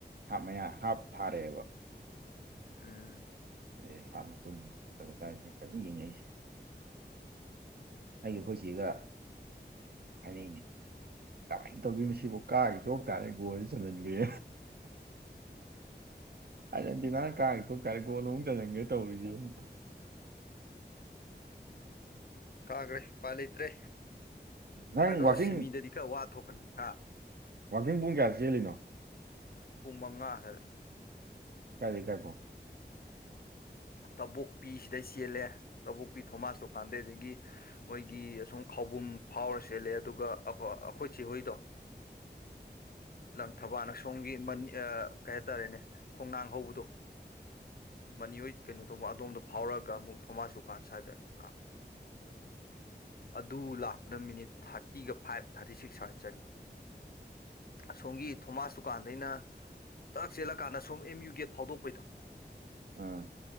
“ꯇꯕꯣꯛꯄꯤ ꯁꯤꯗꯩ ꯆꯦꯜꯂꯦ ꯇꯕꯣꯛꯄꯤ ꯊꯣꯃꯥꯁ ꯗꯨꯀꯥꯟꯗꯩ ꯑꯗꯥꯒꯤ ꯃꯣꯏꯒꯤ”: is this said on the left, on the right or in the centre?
Left